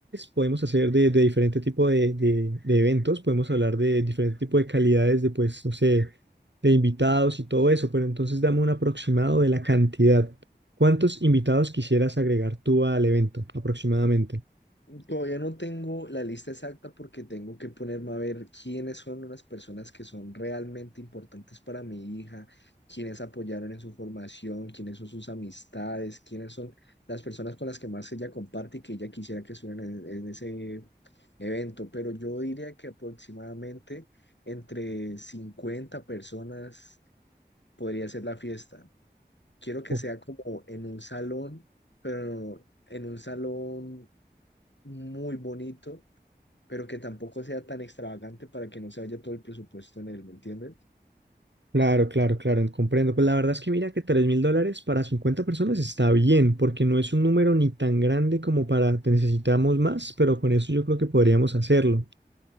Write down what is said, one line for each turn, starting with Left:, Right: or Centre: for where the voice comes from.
Right: podemos hacer de, de diferente tipo de, de- de eventos, podemos hablar de diferente tipo de calidades de, pues, no sé, de invitados y todo eso, pero entonces dame un aproximado de la cantidad. ¿Cuántos invitados quisieras agregar tú al evento aproximadamente?
Left: Todavía no tengo la lista exacta porque tengo que ponerme a ver quiénes son unas personas que son realmente importantes para mi hija, quiénes apoyaron en su formación, quiénes son sus amistades, quiénes son las personas con las que más ella comparte y que ella quisiera que estuvieran en, en ese evento. Pero yo diría que aproximadamente entre 50 personas podría ser la fiesta. Quiero que
Right: Oh,
Left: sea como en un salón, pero en un salón muy bonito pero que tampoco sea tan extravagante para que no se vaya todo el presupuesto en él, ¿me entienden?
Right: Claro, claro, claro, comprendo. Pues la verdad es que mira que tres mil dólares para 50 personas está bien, porque no es un número ni tan grande como para te necesitamos más, pero con eso yo creo que podríamos hacerlo.